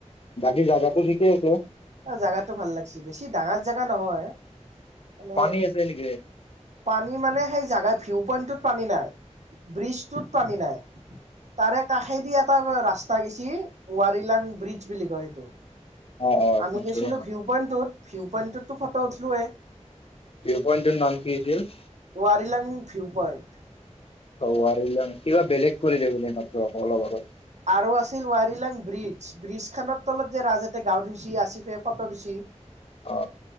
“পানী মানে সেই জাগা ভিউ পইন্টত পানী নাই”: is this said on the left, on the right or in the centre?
Right